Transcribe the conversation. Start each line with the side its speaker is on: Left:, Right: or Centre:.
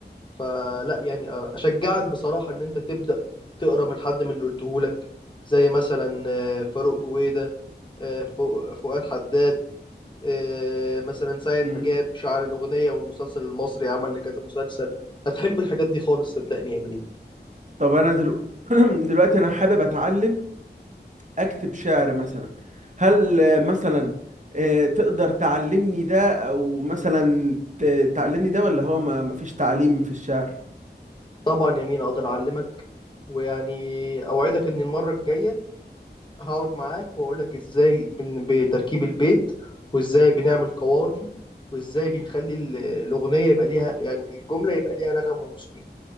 Left: فلا يعني آه، اشجعك بصراحه ان انت تبدا تقرا من حد من اللي قلته لك زي مثلا آه، فاروق جويده آه، فو- فؤاد حداد آه، مثلا سيد
Right: مم.
Left: حجاب شاعر الاغنيه والمسلسل المصري عمل لكذا مسلسل هتحب الحاجات دي خالص صدقني يا مينا
Right: طب انا دلو... <clears throat> دلوقتي انا حابب اتعلم اكتب شعر مثلا هل آه، مثلا آه، تقدر تعلمني ده او مثلا ت- تعلمني ده ولا هو ما فيش تعليم في الشعر
Left: طبعا يا مينا اقدر اعلمك ويعني اوعدك ان المره الجايه هقعد معاك واقول لك ازاي بن- بتركيب البيت وازاي بنعمل قوافي وازاي بنخلي ال- الاغنيه يبقى ليها يعني الجمله يبقى ليها نغم وموسيقى